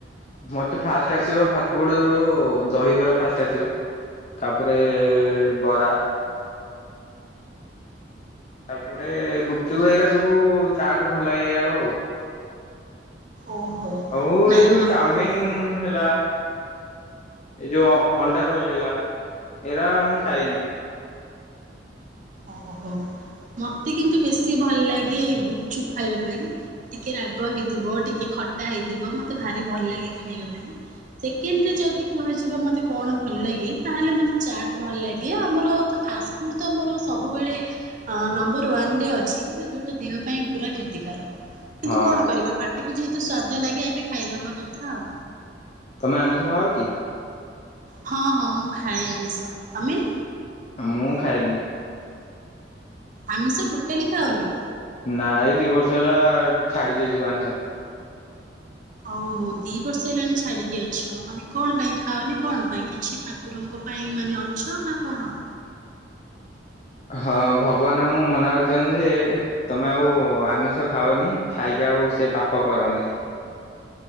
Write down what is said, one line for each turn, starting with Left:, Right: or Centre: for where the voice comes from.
Left: ମୋତେ ଫାଷ୍ଟ ଆସିବ ଫାଷ୍ଟଫୁଡ଼ରୁ ଦହିବରା ଫାଷ୍ଟ ଆସିବ। ତାପରେ ବରା ତାପରେ ଗୁପ୍ ଚୁପ୍ ଏଇରା ସବୁ ଚାଟ୍ ଭଲ ଲାଗେ ଏଇଆ ଆଉ।
Right: ଓହୋ।
Left: ହଉ
Right: ନାଇଁ
Left: ଏ ଯୋଉ
Right: ମତେ
Left: ଚାଉମିିନ୍ ହେଲା ଏଇ ଯୋଉ ଅଣ୍ଡା ରୋଲ ହେଲା ଏରା ମୁଁ ଖାଇନି।
Right: ଓହୋ ମତେ କିନ୍ତୁ ବେଶୀ ଭଲ ଲାଗେ ଗୁପ୍ ଚୁପ୍ ଖାଇବା ପାଇଁ। ଟିକେ ରାଗ ହେଇଥିବ ଟିକେ ଖଟା ହେଇଥିବ ମତେ ଭାରି ଭଲ ଲାଗେ ଖାଇବା ପାଇଁ। ସେକେଣ୍ଡରେ ଯଦି କୁହାଯିବ ମୋତେ କଣ ଭଲ ଲାଗେ ତାହେଲେ ମୋତେ ଚାଟ୍ ଭଲ ଲାଗେ ଆମର ତ ଫାଷ୍ ଉଟ ତ ମୋରଶ୍ ସବୁବେଳେ ନମ୍ବର ୱାନ୍ ରେ ଅଛି କିନ୍ତୁ ଯୋଉଟା ଦେହ ପାଇଁ ପୁରା କ୍ଷତିକାରକ। କିନ୍ତୁ
Left: ହଁ
Right: କଣ କରିବା ପାଟିକୁ ଯେହେତୁ ସ୍ଵାଦ ଲାଗେ ଆମେ ଖାଇଦବା କଥା ଆଉ।
Left: ତମେ ଆମିଷ ଖାଅ କି?
Right: ହଁ ହଁ ମୁଁ ଖାଏ ଆମିଷ ତମେ?
Left: ମୁଁ ଖାଏନି।
Right: ଆମିଷ ଟୋଟାଲି ଖାଅନି?
Left: ନା ଏଇ ଦି ବର୍ଷ ହେଲା ଛାଡ଼ି ଦେଇଛୁ ଆଇଁଷ।
Right: ଓ ହୋ ଦି ବର୍ଷ ହେଲାଣି ଛାଡ଼ିକି ଅଛ ମାନେ କଣ ପାଇଁ ଖାଅନି କଣ ପାଇଁ କିଛି ଠା କୁରଙ୍କ ପାଇଁ ମାନେ ଅଛ ନା କଣ?
Left: ହଁ ଭଗବାନ ମୁଁ ମନା କରୁଚନ୍ତି ଯେ ତମେ ଆଉ ଆମିଷ ଖାଅନି ଖାଇକି ଆଉ ସେ ପାପ କରନି।